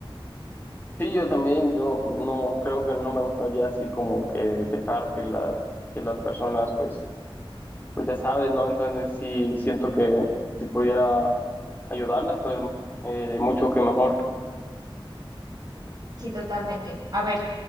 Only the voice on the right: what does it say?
Sí, totalmente. A ver,